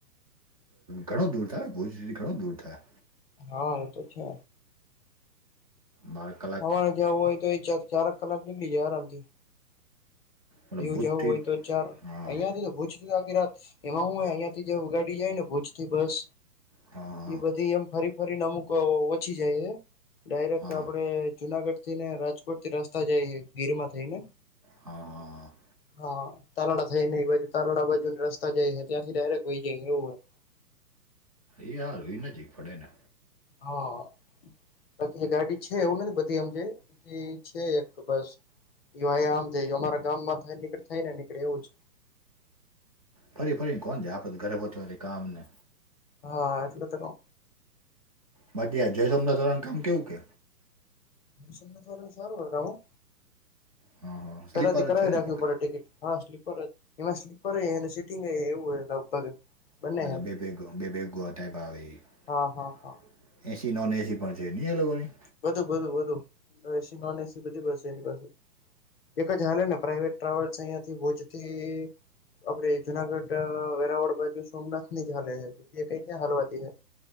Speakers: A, on the right (about 25°); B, on the left (about 35°).
A: ઘણો દૂર થાય, ભુજ ઘણું દૂર થાય.
B: હા, એ તો છે.
A: ભારત.
B: અમારે જવું હોય તો, એ ચારક કલાક નીકળી જાય આરામ થી.
A: મતલબ
B: દીવ
A: ભૂતથી
B: જવું હોય તો, ચાર
A: હા
B: અહિયાયાથી તો ભૂલ. રા એમાં હું અહિયાંથી જે ગાડી જાય ને, ભુજ થી બસ
A: હા
B: એ બધી એમ. ફરી ફરી અમુક ઓચી જાય છે, ડાયરેક્ટ
A: હા
B: આપડે જુનાગઢ થી ને, રાજકોટ થી રસ્તા જાય, ગીરમાં થઈને.
A: હા હા હ.
B: હા તાલાળડા થાય ને, એ બાજુ તાલાળ બાજુ ને રસ્તા જાય, ત્યાંથી ડાયરેક્ટ વહી જાય, એવું હોય.
A: એ હાર એઈ નજીક પડે ને.
B: હા, બાકી ગાડી છે. એવું નથી, બધી આપણે છે, એક બસ આમ થી અમારા ગામ માંથી નીકળે થઈ ને નીકળે, એવું જ.
A: ફરી ફરીને કોણ છે? આપડે ઘરે પહોંચવાની કામ ને.
B: હા, એટલે તો.
A: બાકી આ જય સોમનાથ દ્વારાનું કામ કેવું કે?
B: એથી સારું, હું
A: હા હા સ્લીપર
B: કયાથી
A: જ
B: કરાવી
A: છે ને
B: રાખવી
A: એની?
B: પડે ટિકિટ. હા, સ્લીપર. એમાં સ્લીપર હને સિટિંગ એવું હોય લગભગ. બંને
A: હચ્ા બેબેગ બેબેગુઆ ટાઈપ આવેવે એ
B: હા હા હા
A: <unintelligible> એસી, નોન એસી પણ છે નહીં એ લોકોની.
B: વધું બધું, વધુ એસી, નોન એસી બધી બસ એની પાસે. એક જ હાલે ને, પ્રાઈવેટ ટ્રાવેલ્સ અહિયાંથી ભોજથી. આપડે જુનાગઢ, વેરાવળ બાજુ સોમનાથ ની જ હાલે છે. કંઈ ક્યાં હાલવાતી છે?